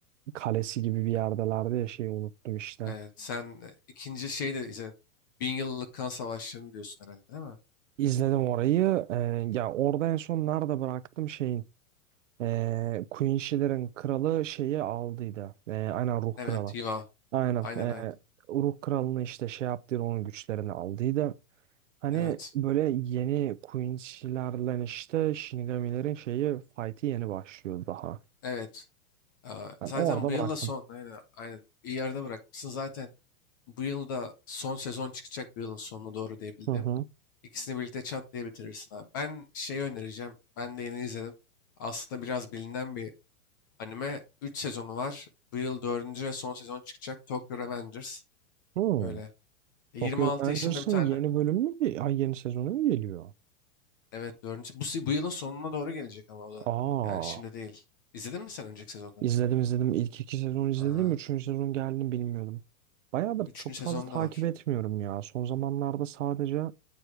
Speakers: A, on the right; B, on the left.
A: kalesi gibi bir yerdelerdi ya şeyi unuttum işte.
B: e, sen e, ikinci şeyi de izledin. Bin yıllık kan savaşlarını diyorsun herhalde değil mi?
A: İzledim orayı. Ee, ya orada en son nerede bıraktım şeyin. Ee, Queen Shiller'ın kralı şeyi aldıydı. Ee, aynen ruh
B: Evet,
A: kralı.
B: Hiva.
A: Aynen.
B: Aynen
A: Ee,
B: aynen.
A: Uruk Kralı'nı işte şey yaptıydı onun güçlerini aldıydı. Hani
B: Evet.
A: böyle yeni Quincy'lerle işte Shinigami'lerin şeyi fight'i yeni başlıyor daha.
B: Evet. Ee,
A: Ben
B: Zaten
A: orada
B: bu
A: bıraktım.
B: yılda son aynen, aynen iyi yerde bırakmışsın. Zaten bu yılda son sezon çıkacak bu yılın sonuna doğru diye bildim.
A: Hı hı.
B: İkisini birlikte çat diye bitirirsin abi. Ben şeyi önereceğim. Ben de yeni izledim. Aslında biraz bilinen bir anime. 3 sezonu var. Bu yıl dördüncü ve son sezon çıkacak. Tokyo Revengers.
A: Hmm.
B: Öyle. yirmi
A: Tokyo
B: altı
A: Revengers'ın
B: yaşında bir tane.
A: yeni bölümü mü? ge- Ay yeni sezonu mu geliyor?
B: Evet dördüncü. Bu, si- bu yılın sonuna doğru gelecek ama o da.
A: Aa.
B: Yani şimdi değil. İzledin mi sen önceki sezonları?
A: İzledim izledim. İlk iki sezon izledim.
B: Aa,
A: Üçüncü sezon geldiğini bilmiyordum. Bayağıdır
B: üçüncü
A: çok
B: sezonu
A: fazla takip
B: da var.
A: etmiyorum ya. Son zamanlarda sadece